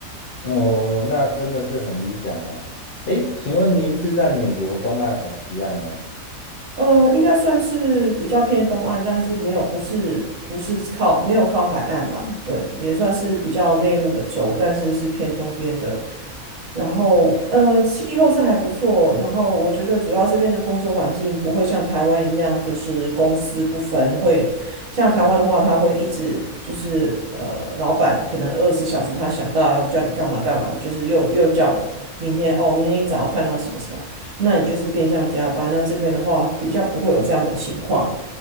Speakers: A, on the left; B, on the right.
A: 哦，那真的是很理想啊。诶，请问您是在美国东岸还西岸呢？
B: 呃，应该算是比较偏东岸，但是没有，不是不是靠没有靠海岸啦，对，也算是比较内陆的州，但是是偏东边的。然后呃，气候是还不错，然后我觉得主要这边的工作环境不会像台湾一样，就是公私不分，会像台湾的话，他会一直就是呃，老板可能二十四小时他想到要叫你干嘛干嘛，就是又又叫你明天哦，明天一早要看到什么什么。那你就是变相加班。那这边的话，比较不会有这样的情况。